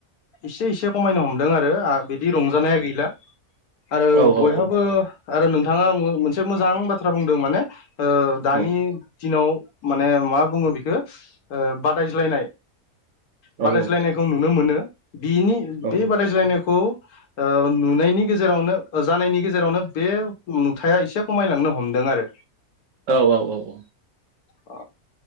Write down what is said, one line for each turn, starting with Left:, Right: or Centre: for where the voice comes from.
Left: एसे एसे खमायनो हमदों आरो आ बिदि रंजानाया गैला आरो
Right: औ औ
Left: बयहाबो
Right: औ
Left: आरो नोंथाङा मोनसे मोजां बाथ्रा बुंदों माने ओ दानि
Right: उम
Left: दिनाव माने मा बुङो बेखौ ओ बादायज्लायनाय बादायज्लायनायखौ
Right: औ औ
Left: नु नो मोनो बिनि
Right: औ
Left: बे बादायज्लायनायखौ ओ नुनायनि गेजेरावनो जानायनि गेजेरावनो बे नुथाया एसे खमायलांनो हम दों आरो
Right: औ औ औ औ
Left: अ